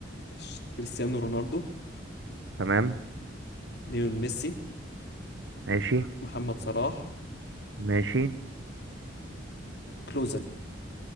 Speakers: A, on the left; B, on the right.
A: ماشي كريستيانو رونالدو
B: تمام
A: ليون ميسي
B: ماشي
A: محمد صلاح
B: ماشي
A: كلوزا